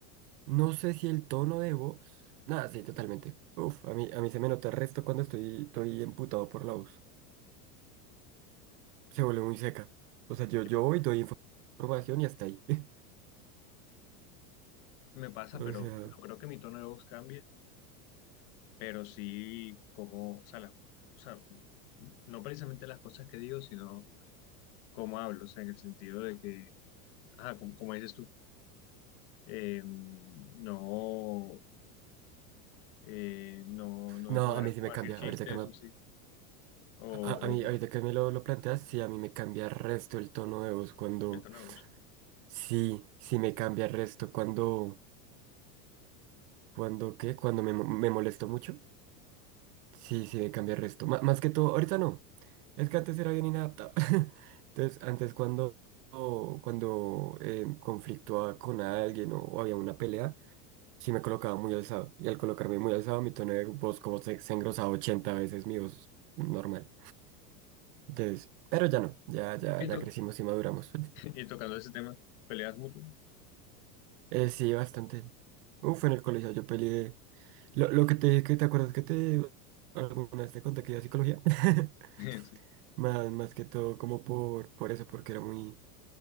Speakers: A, on the right; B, on the left.
A: no sé si el tono de voz. Nada, sí, totalmente. Uf, a mí, a mí se me nota el resto cuando estoy, estoy emputado por la voz. Se vuelve muy seca. O sea, yo,
B: Yo,
A: yo voy, doy información y hasta ahí. <laughs>
B: me pasa,
A: O
B: pero
A: sea.
B: no creo que mi tono de voz cambie, pero sí como, o sea, las- o sea, no precisamente las cosas que digo, sino cómo hablo, o sea, en el sentido de que, ajá, como, como dices tú, eh, no. eh, no, no
A: No,
B: me pondrá
A: a mí sí
B: como
A: me
B: a
A: cambia.
B: decir chistes,
A: Ahorita que me,
B: eso sí, o,
A: a, a mí, ahorita
B: o
A: que me lo, lo planteas, sí, a mí me cambia el resto el tono de voz cuando,
B: el tono de voz.
A: sí, sí me cambia el resto cuando, cuando, ¿qué? Cuando me, mo- me molesto mucho. Sí, sí me cambia el resto. Ma- más que todo, ahorita no. Es que antes era bien inadaptado. <laughs> Entonces, antes cuando, o cuando eh, conflictuaba con alguien o, o había una pelea, sí me colocaba muy alzado. Y al colocarme muy alzado, mi tono de voz como se, se engrosaba 80 veces mi voz normal. Entonces, pero ya no, ya, ya,
B: Y,
A: ya
B: to-
A: crecimos y maduramos. <laughs>
B: <laughs> y tocando ese tema, ¿peleas mucho?
A: Eh, sí, bastante. Uf, en el colegio yo peleé. Lo, lo que te dije, que te acuerdas que te alguna vez te conté que iba a psicología. <laughs>
B: <laughs>
A: Más, más que todo como por, por eso, porque era muy,